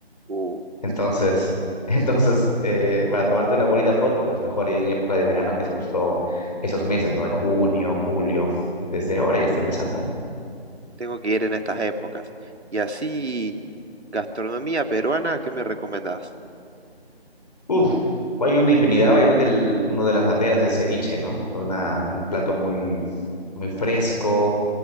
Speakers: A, on the right; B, on the left.
A: Uh,
B: Entonces, <laughs> entonces eh, para tomarte una bonita foto, pues mejor ir en época de verano, que es justo esos meses, ¿no? De junio, julio. Desde ahora ya está empezando, ¿no?
A: tengo que ir en estas épocas. Y así, gastronomía peruana, ¿qué me recomendás?
B: Uf, hay una infinidad. Obviamente, el- una de las banderas es ceviche, ¿no? Una, un plato muy, muy fresco